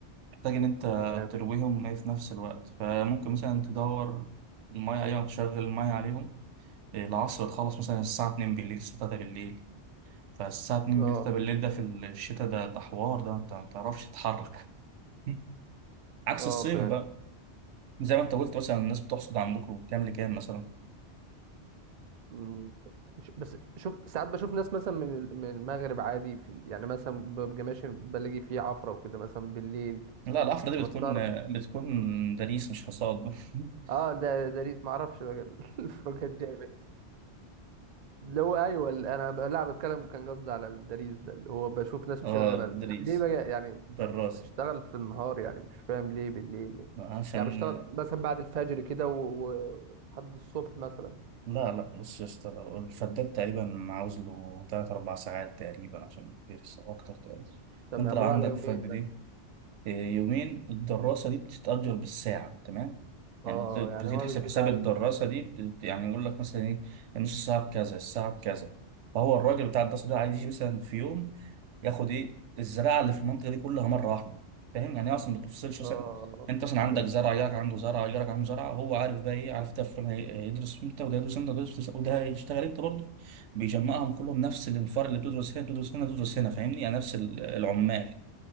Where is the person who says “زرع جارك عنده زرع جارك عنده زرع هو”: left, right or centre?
Right